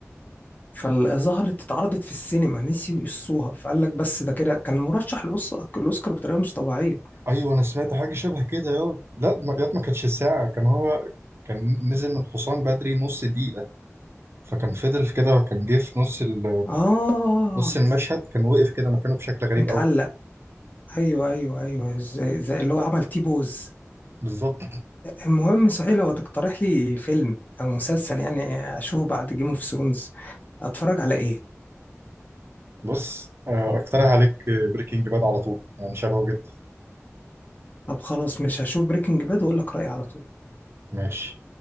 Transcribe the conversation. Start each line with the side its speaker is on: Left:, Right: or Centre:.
Left: فظهرت اتعرضت في السينما نسيوا يقصوها فقال لك بس ده كده كان مرشح لأوس- للاوسكار بطريقه مش طبيعيه
Right: ايوه انا سمعت حاجه شبه كده يا لا ما- يا ما كانتش الساعه كان هو كان نزل من الحصان بدري نص دقيقه فكان فضل في كده كان جه في نص ال
Left: اه
Right: نص المشهد كان وقف كده مكانه بشكل غريب
Left: متعلق
Right: قوي
Left: ايوه ايوه ايوه زي, زي اللي هو عمل تي بوز
Right: بالظبط
Left: المهم صحيح لو تقترح لي فيلم او مسلسل يعني اشوفه بعد جيم اوف ثرونز اتفرج على ايه
Right: بص آه، اقترح عليك بريكنج باد على طول يعني شبهه جدا
Left: طب خلاص مش هشوف بريكنج باد واقول لك رايي على طول
Right: ماشي